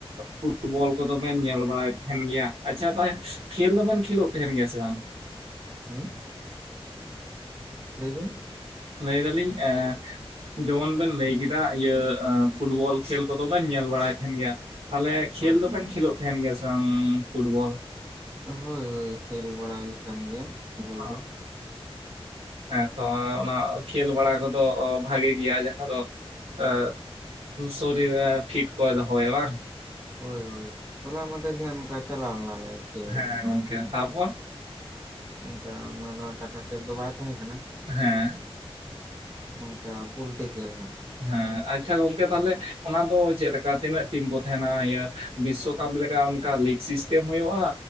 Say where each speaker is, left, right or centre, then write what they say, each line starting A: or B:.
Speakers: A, on the right (about 80°); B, on the right (about 30°).
A: ᱯᱷᱩᱴᱵᱚᱞ ᱠᱚᱫᱚᱵᱮᱱ ᱧᱮᱞ ᱵᱟᱲᱟᱭ ᱧᱮᱞ ᱜᱮᱭᱟ ᱟᱪᱪᱷᱟ ᱛᱟᱦᱚᱞᱮ ᱠᱷᱮᱞ ᱫᱚᱵᱮᱱ ᱠᱷᱮᱞᱳᱜ ᱛᱟᱦᱮᱱ ᱜᱮᱭᱟ ᱥᱮ ᱵᱟᱝ?
B: ᱦᱩᱸ ᱾ ᱞᱟᱹᱭ ᱵᱤᱱ ᱾
A: ᱞᱟᱹᱭ ᱫᱟᱞᱤᱧ ᱮᱸ ᱾ ᱡᱮᱢᱚᱱ ᱵᱮᱱ ᱞᱟᱹᱭ ᱠᱮᱫᱟ ᱤᱭᱟᱹ ᱯᱷᱩᱴᱵᱚᱞ ᱠᱷᱮᱞ ᱠᱚᱫᱚ ᱵᱮᱱ ᱧᱮᱞ ᱵᱟᱲᱟᱭ ᱛᱟᱦᱮᱱ ᱜᱮᱭᱟ᱾ ᱛᱟᱦᱚᱞᱮ ᱠᱷᱮᱞ
B: ᱦᱳᱭ
A: ᱫᱚᱵᱮᱱ ᱠᱷᱮᱞᱳᱜ ᱛᱟᱦᱮᱱ ᱜᱮᱭᱟ ᱥᱮ ᱵᱟᱝ ᱯᱷᱩᱴᱵᱚᱞ?
B: ᱦᱳᱭ ᱦᱳᱭ ᱠᱷᱮᱞ ᱵᱟᱲᱟ ᱦᱩᱭᱩᱜ ᱠᱟᱱ ᱜᱮᱭᱟ᱾ ᱯᱷᱩᱴᱵᱚᱞ
A: ᱚ
B: ᱫᱚ
A: ᱦᱮᱸ ᱾ ᱛᱚ ᱚᱱᱟ ᱠᱷᱮᱞ ᱵᱟᱲᱟ ᱠᱚᱫᱚ ᱵᱷᱟᱜᱮ ᱜᱮᱭᱟ ᱡᱟᱦᱟᱸ ᱫᱚ ᱟ ᱥᱚᱨᱤᱨ ᱨᱮ ᱯᱷᱤᱴ ᱠᱚᱭ ᱫᱟᱦᱚᱭᱟᱭ ᱵᱟᱝ᱾
B: ᱦᱳᱭ ᱦᱳᱭ ᱦᱚᱞᱟ ᱢᱟᱫᱷᱮᱨ ᱠᱷᱚᱱ ᱚᱱᱠᱟ ᱪᱟᱞᱟᱣ ᱞᱮᱱᱟᱞᱮ ᱠᱷᱮᱞ
A: ᱦᱮᱸ ᱜᱚᱝᱠᱮ ᱛᱟᱯᱚᱨ
B: ᱚᱱᱠᱟ ᱚᱱᱟ ᱫᱚ ᱴᱟᱠᱟ ᱠᱷᱮᱞ ᱫᱚ ᱵᱟᱝ ᱛᱟᱦᱮᱸ ᱠᱟᱱᱟ᱾
A: ᱦᱮᱸ ᱾
B: ᱱᱚᱝᱠᱟ ᱯᱩᱞᱴᱤ ᱠᱷᱮᱞ ᱦᱟᱸᱜ ᱾
A: ᱦᱮᱸ ᱟᱪᱷᱟ ᱜᱚᱝᱠᱮ ᱛᱟᱦᱚᱞᱮ ᱚᱱᱟ ᱫᱚ ᱪᱮᱫᱠᱟ ᱛᱤᱱᱟᱹᱜ ᱴᱤᱢ ᱠᱚ ᱛᱟᱦᱮᱱᱟ ᱤᱭᱟᱹ ᱵᱤᱥᱥᱚᱠᱟᱯ ᱞᱮᱠᱟ ᱚᱱᱠᱟ ᱞᱤᱜᱽ ᱥᱤᱥᱴᱮᱢ ᱦᱩᱭᱩᱜᱼᱟ᱾